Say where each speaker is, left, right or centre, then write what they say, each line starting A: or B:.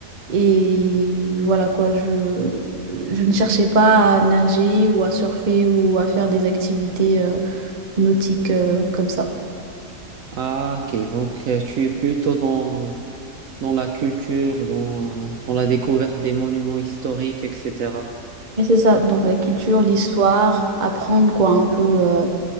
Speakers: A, on the right; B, on the right.
A: Et voilà quoi, je, je ne cherchais pas à nager ou à surfer ou à faire des activités euh, nautiques euh, comme ça.
B: Ah, ok. Donc, euh, tu es plutôt dans, dans la culture, dans, dans la découverte des monuments historiques, etc.
A: Mais c'est ça, donc la culture, l'histoire, apprendre quoi un peu euh,